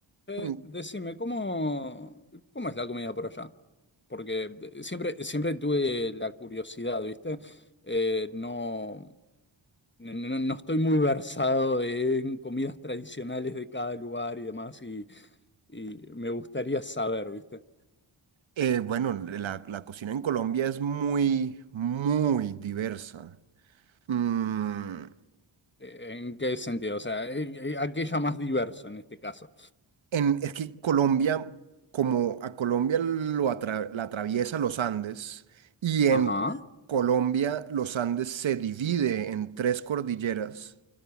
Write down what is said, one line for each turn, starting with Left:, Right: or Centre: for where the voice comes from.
Left: Eh,
Right: Mm,
Left: decime, ¿cómo, cómo es la comida por allá? Porque de- siempre, siempre tuve la curiosidad, ¿viste? Eh, no, no, no- no estoy muy versado en comidas tradicionales de cada lugar y demás, y, y me gustaría saber, ¿viste?
Right: eh, bueno, la, la cocina en Colombia es muy, muy diversa. Mm,
Left: Eh, ¿En qué sentido? O sea, eh, eh, aquella más diverso en este caso.
Right: en, es que Colombia, como a Colombia lo atra- la atraviesa los Andes, y en
Left: Ajá,
Right: Colombia los Andes se divide en tres cordilleras.